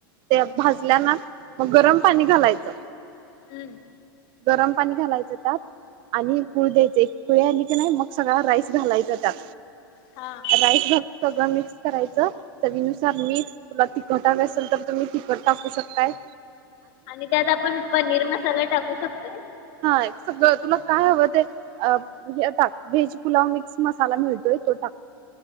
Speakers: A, on the right; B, on the left.
A: ते भाजल्या ना. मग गरम पाणी घालायचं.
B: हम्म.
A: गरम पाणी घालायचं त्यात. आणि उकळू द्यायचे. उकळी आली की नाही. मग सगळा राईस घालायचा त्यात.
B: हा.
A: राईस घालून सगळं मिक्स करायचं. चवीनुसार मीठ. तुला तिखट हवं असेल तर तुम्ही तिखट टाकू शकताय.
B: आणि त्यात आपण पनीर मसाला टाकू शकतोय?
A: हा सगळं तुला काय हवं ते. अ हे टाक, व्हेज पुलाव मिक्स मसाला मिळतोय तो टाक.